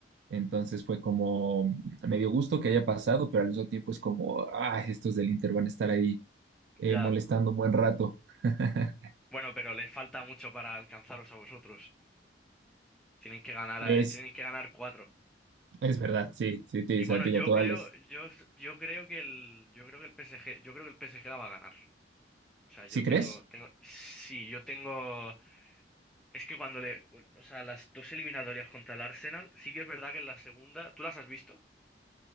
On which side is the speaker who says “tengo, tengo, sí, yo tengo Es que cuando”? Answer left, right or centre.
Centre